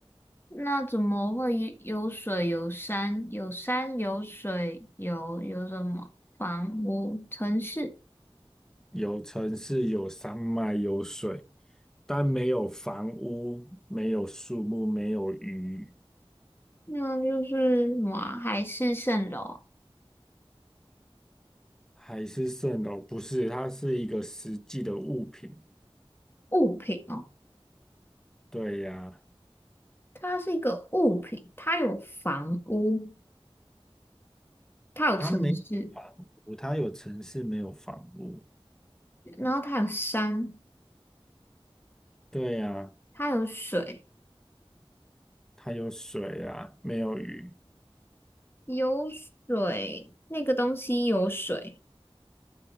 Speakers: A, on the left; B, in the centre.
A: 那怎么会有有水有山？有山有水有有什么房屋城市？
B: 有城市，有山脉，有水，但没有房屋，没有树木，没有鱼，
A: 那就是什么啊海市蜃楼。
B: 还是蜃楼？不是，它是一个实际的物品。
A: 物品哦，
B: 对呀，
A: 它是一个物品，它有房屋，它有城市，
B: 它没房屋，它有城市，没有房屋。
A: 然后它有山，
B: 对呀，
A: 它有水，
B: 它有水啊，没有鱼。
A: 有水，那个东西有水，